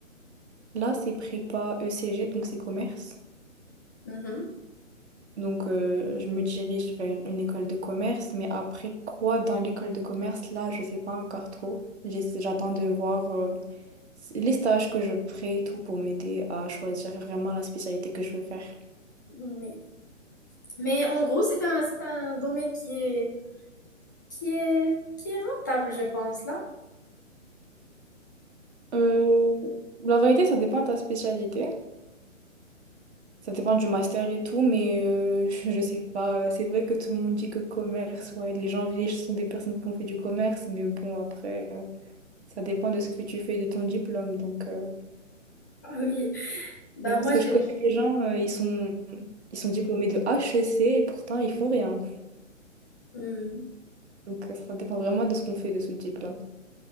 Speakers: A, on the right; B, on the left.
A: là, c'est prépa ECG, donc c'est commerce.
B: Mhm.
A: Donc, euh, je me dirige vers une école de commerce, mais après quoi dans l'école de commerce, là, je sais pas encore trop. J'essa- J'attends de voir euh, les stages que je ferai et tout pour m'aider à choisir vraiment la spécialité que je veux faire.
B: Oui. Mais en gros, c'est un, c'est un domaine qui est, qui est, qui est rentable, je pense, là.
A: Euh, la vérité, ça dépend de ta spécialité. Ça dépend du master et tout, mais euh, <laughs> je sais pas. euh, C'est vrai que tout le monde dit que commerce, ouais, les gens riches sont des personnes qui ont fait du commerce, mais bon, après, euh, ça dépend de ce que tu fais de ton diplôme. Donc, euh,
B: Ah Oui. Bah,
A: mais
B: moi,
A: parce que je
B: j'ai,
A: connais des gens, euh, ils sont, ils sont diplômés de HEC et pourtant, ils font rien.
B: Hmm.
A: Donc, euh, ça dépend vraiment de ce qu'on fait de ce diplôme.